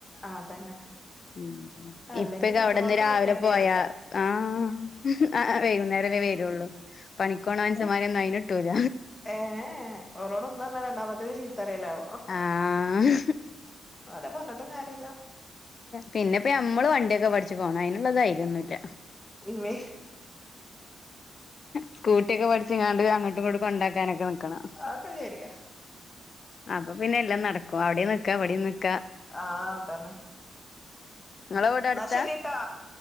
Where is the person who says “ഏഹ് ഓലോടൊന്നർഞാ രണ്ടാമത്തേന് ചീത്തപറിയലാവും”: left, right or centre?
Left